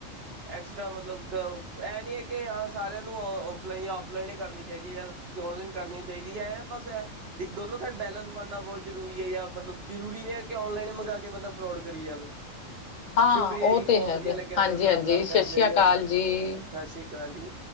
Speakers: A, on the right; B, on the left.
A: ਐਕਸਟਰਾ ਮਤਲਬ ਇਹ ਨਹੀਂ ਹੈ ਕਿ ਹਾਂ ਸਾਰਿਆਂ ਨੂੰ ਔਫਲਾਈਨ ਜਾਂ ਔਫਲਾਈਨ ਹੀ ਕਰਨੀ ਚਾਹੀਦੀ ਹੈ ਜਾਂ। ਕਿ ਔਨਲਾਈਨ ਕਰਨੀ ਚਾਹੀਦੀ ਹੈ ਬਸ ਇੱਕ ਦੋਨੋ ਸਾਈਡ ਬੈਲੈਂਸ ਬਣਨਾ ਬਹੁਤ ਇਕ ਦੋਨੋ ਸੈਡ ਬੈਲਸ ਬਣਨਾ ਬੋਤ ਜ਼ਰੂਰੀ ਯ ਜਰੂਰੀ ਨਹੀਂ ਹੈ ਕਿ ਔਨਲਾਈਨ ਹੀ ਮੰਗਵਾ ਕੇ ਬੰਦਾ ਫਰੋਡ ਕਰੀ ਜਾਵੇ।
B: ਹਾਂ
A: ਸ਼ੁਕਰੀਆ
B: ਉਹ
A: ਜੀ
B: ਤੇ
A: ਬਹੁਤ
B: ਹੈਗਾ
A: ਵਧੀਆ ਲੱਗਿਆ
B: ਹਾਂਜੀ
A: ਤੁਹਾਡੇ ਨਾਲ
B: ਹਾਂਜੀ
A: ਗੱਲ
B: ਸਤਿ
A: ਕਰਦੇ
B: ਸ੍ਰੀ ਅਕਾਲ
A: ਸਤਿ
B: ਜੀ
A: ਸ੍ਰੀ ਅਕਾਲ ਜੀ।